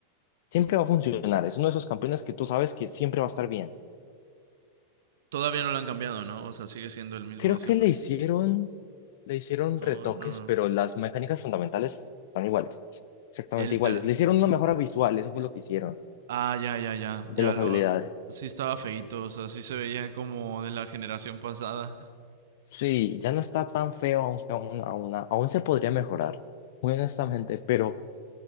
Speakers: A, on the left (about 50°); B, on the right (about 60°).
A: siempre va a funcionar. Es uno de esos campeones que tú sabes que siempre va a estar bien.
B: Todavía no lo han cambiado, ¿no? O sea, sigue siendo el mismo
A: Creo
B: de siempre.
A: que le hicieron, le hicieron
B: Oh,
A: retoques,
B: no.
A: pero las mecánicas fundamentales son iguales. Exactamente
B: El
A: iguales.
B: ter-
A: Le hicieron una mejora visual, eso fue lo que hicieron
B: Ah, ya, ya, ya.
A: de
B: Ya
A: las
B: lo.
A: habilidades.
B: Sí estaba feíto, o sea, sí se veía como de la generación pasada.
A: Sí, ya no está tan feo, aunque aún, aún, aún se podría mejorar, muy honestamente, pero